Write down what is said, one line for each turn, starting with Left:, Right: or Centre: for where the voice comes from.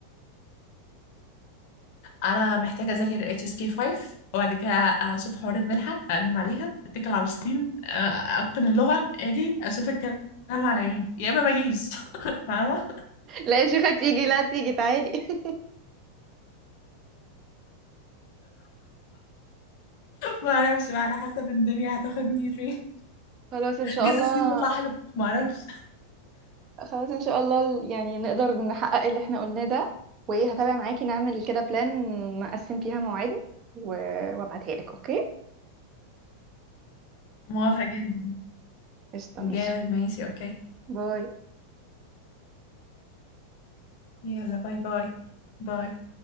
Left: انا محتاجه اذاكر اتش اس كي 5 وبعد كده اشوف حوار المنحه اقدم عليها اتكل على الصين أ- اتقن اللغه اجي اشوف الكلام على ايه يا اما ما اجيش <laughs> فاهمه
Right: لا يا شيخه تيجي لا تيجي تعالي <laughs>
Left: ما اعرفش بقى على حسب الدنيا هتاخدني فين
Right: خلاص ان شاء
Left: جزء
Right: الله
Left: الصين تطلع حلو ما اعرفش
Right: خلاص ان شاء الله يعني نقدر نحقق اللي احنا قلناه ده وايه هتابع معاكي نعمل كده بلان نقسم فيها مواعيدنا و... وابعتها لك اوكي
Left: موافقه جدا
Right: قشطه
Left: جامد
Right: ماشي
Left: ماشي اوكي
Right: باي
Left: يلا باي باي باي